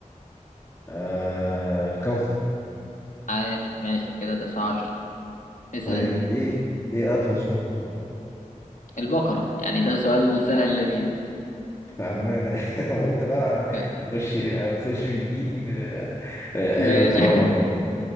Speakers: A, on the left; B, on the left.
A: آه الكوثر
B: عاش ماشي كده تسعة عشر اسأل
A: طيب
B: انت
A: ايه ايه اطول سورة في القرآن
B: البقرة يعني ده سؤال سهل لذيذ
A: فاهمان <laughs> قلت بقى
B: ماشي
A: نخش نخش في الدين آه، آه،
B: ماشي
A: حلو التنوع ده